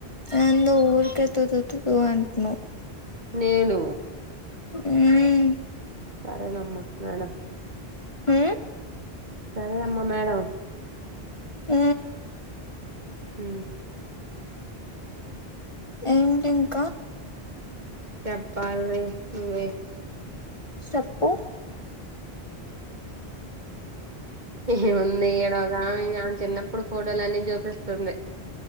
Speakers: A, on the left (about 30°); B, on the right (about 45°).
A: అ నువ్ ఊరికె తతుతు అంటునవ్
B: నేను
A: ఊ
B: సరే నమ్మ మేడం
A: ఉ
B: సరే అమ్మ మేడం
A: ఉ
B: ఉ
A: ఏంటి ఇంక
B: చెప్పాలీ నువ్వే
A: చెప్పు
B: ఏముంది ఈడోగామె ఆమె చిన్నప్పుడు ఫోటోలన్ని జూపిస్తుంది.